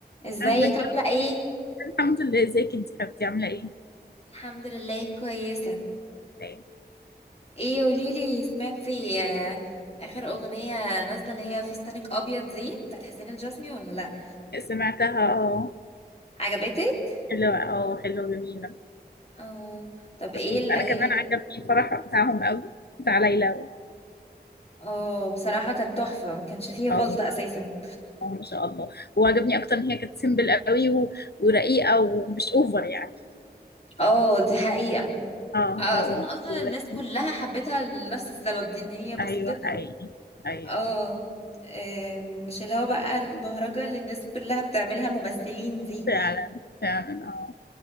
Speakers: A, on the left; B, on the left.
A: ازيك
B: أهلا
A: عاملة
B: يا
A: ايه؟
B: رب الحمد لله ازيك انت حبيبتي عاملة ايه؟
A: الحمد لله كويسة
B: لا
A: ايه قوليلي سمعتي آه، اخر اغنية نازلة اللي هي فستانك ابيض دي بتاعت حسين الجسمي ولا لا؟
B: إيه. سمعتها اه
A: عجبتك؟
B: حلوة اه حلوة جميلة
A: اه طب ايه
B: لطيف
A: الاغاني
B: أنا كمان
A: اللي
B: عجبني الفرح بتاعهم قوي بتاع ليلى و-
A: اه بصراحة كان تحفة ما كانش فيه غلطة
B: اه
A: اساسا
B: اه ما شاء الله وعجبني أكتر إن هي كانت سيمبل قوي و... ورقيقة ومش أوفر يعني
A: اه دي حقيقة
B: اه
A: آه،
B: اه اه
A: اظن اصلا
B: دلوقتي
A: الناس كلها حبتها لنفس السبب دي ان هي بسطتها
B: أيوه حقيقي أيوه
A: اه آم، مش اللي هو بقى البهرجة اللي الناس كلها بتعملها ممثلين دي
B: فعلا فعلا اه